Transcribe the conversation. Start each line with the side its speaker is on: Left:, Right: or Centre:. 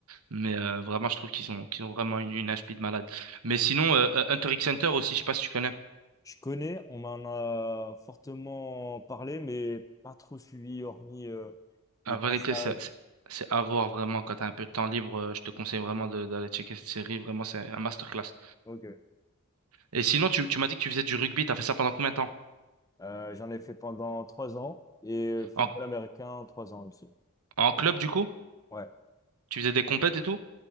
Right: mais euh, vraiment, je trouve qu'ils ont, qu'ils ont vraiment une, une inspi de malade. Mais sinon, euh, euh, Hunter x Hunter aussi, je sais pas si tu connais.
Left: je connais, on m'en a fortement parlé, mais pas trop suivi, hormis euh, des
Right: En
Left: passages.
Right: vérité, c'est c'est- c'est à voir vraiment quand t'as un peu de temps libre. euh, Je te conseille vraiment de- d'aller checker cette série. Vraiment, c'est un masterclass.
Left: Ok.
Right: Et sinon, tu, tu m'as dit que tu faisais du rugby. T'as fait ça pendant combien de temps?
Left: Euh, j'en ai fait pendant trois ans et euh, football
Right: En,
Left: américain, trois ans aussi.
Right: en club, du coup?
Left: Ouais.
Right: Tu faisais des compètes et tout?